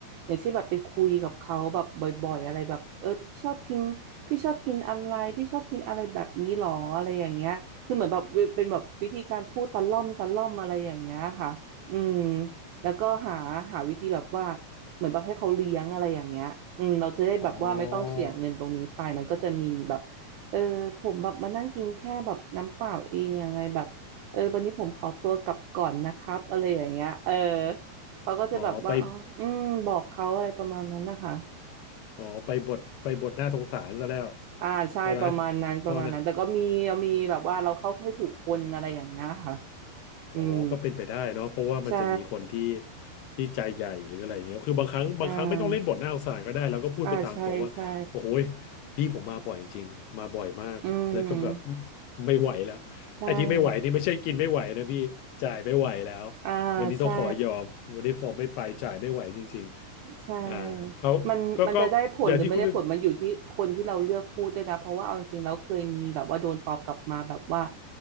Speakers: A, on the right; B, on the left.
A: อย่างเช่นแบบไปคุยกับเขาแบบบ่อยๆอะไรแบบเออพี่ชอบกินพี่ชอบกินอะไรพี่ชอบกินอะไรแบบนี้หรออะไรอย่างเงี้ยคือเหมือนแบบเป็นแบบวิธีการพูดตะล่อมตะล่อมอะไรอย่างเงี้ยค่ะอืม แล้วก็หาหาวิธีแบบว่าเหมือนแบบให้เขาเลี้ยงอะไรอย่างเงี้ยอืมเราจะได้แบบว่าไม่ต้องเสียเงินตรงนี้ไปมันก็จะมีแบบ
B: อ๋อ
A: เออผมแบบมานั่งกินแค่แบบน้ำเปล่าเองยังไงแบบเออวันนี้ผมขอตัวกลับก่อนนะครับอะไรอย่างเงี้ยเออเขาก็จะแบบว่าอ๋ออืมบอกเขาอะไรประมาณนั้นนะคะ
B: อ๋อไปอ๋อไปบทไปบทหน้าสงสารซะแล้ว
A: อ่าใช่ประมาณนั้นประมาณนั้นแต่ก็มีมีแบบว่าเราเข้าให้ถูกคนอะไรอย่างเงี้ยค่ะ
B: ใช่ไหมพ่อนะ อ๋อก็เป็นไปได้เนาะเพราะว่ามันจะมีคนที่
A: อืมใช่
B: ที่ใจใหญ่หรืออะไรอย่างเงี้ยคือบางครั้งบางครั้งไม่ต้องเล่นบทหน้าสงสารก็ได้แล้วก็พูดไปตามตรงว่าโอ้โหย
A: อ่าอ่าใช่ใช่
B: พี่ผมมาบ่อยจริงมาบ่อยมาก
A: อืม
B: แล้วก็แบบไม่ไหวแล้วไอ้ที่ไม่ไหวนี่ไม่ใช่กินไม่ไหวนะพี่
A: ใช่
B: จ่ายไม่ไหวแล้ว
A: อ่า
B: วันนี้ต้องขอยอมวันนี้ขอไม่ไปจ่ายไม่ไหวจริงๆอ่าเขาก็ก็อย่างที่คุณ
A: ใช่ใช่มันมันจะได้ผลหรือไม่ได้ผลมันอยู่ที่คนที่เราเลือกพูดด้วยนะ
B: <laughs>
A: เพราะว่าเอาจริงๆเราเคยมีแบบว่าโดนตอบกลับมาแบบว่า